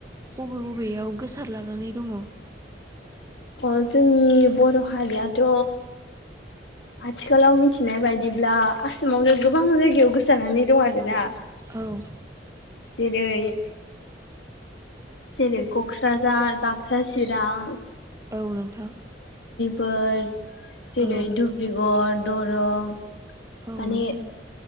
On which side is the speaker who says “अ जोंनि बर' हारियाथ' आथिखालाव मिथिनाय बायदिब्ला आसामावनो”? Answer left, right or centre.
Left